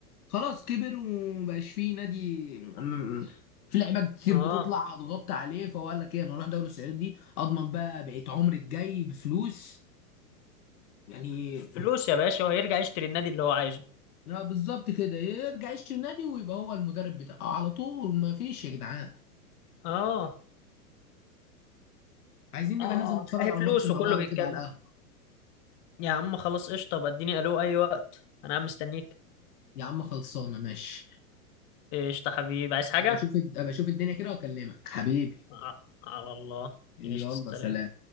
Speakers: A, on the left; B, on the left.
A: خلاص كبر ومبقاش فيه نادي م- في لعيبه كتير
B: اه
A: بتطلع هتغطي عليه فهو قال لك ايه انا اروح دوري السعودي اضمن بقى بقيت عمري الجاي بفلوس يعني
B: فلوس يا باشا وهيرجع يشتري النادي اللي هو عايزه
A: لا بالظبط كده يرجع يشتري النادي ويبقى هو المدرب بتاعه آه، على طول ما فيش يا جدعان
B: اه
A: عايزين نبقى
B: اه
A: ننزل نتفرج
B: هي
A: على
B: فلوس
A: ماتش مع
B: وكله
A: بعض
B: بيتكلم
A: كده على القهوة
B: يا عم خلاص قشطه طب اديني الو اي وقت انا عم مستنيك
A: يا عم خلصانة ماشي
B: قشطه حبيبي عايز حاجه
A: ابقى اشوف ابقى اشوف الدنيا كده واكلمك حبيبي
B: ع- على الله
A: يلا
B: قشطه سلام
A: سلام